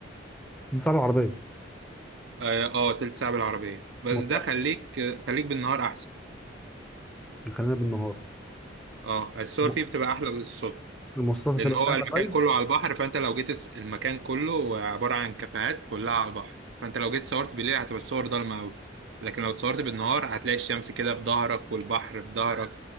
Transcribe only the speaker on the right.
اه آه، تلت ساعة بالعربية بس
ده خليك خليك بالنهار احسن
اه الصور
فيه بتبقى احلى الصبح
لان
هو
المكان
كله على البحر فانت لو جيت الس- المكان كله عباره عن كافيهات كلها على البحر فانت لو جيت صورت بالليل هتبقى الصور ضلمه قوي لكن لو اتصورت بالنهار هتلاقي الشمس كده في ظهرك والبحر في ظهرك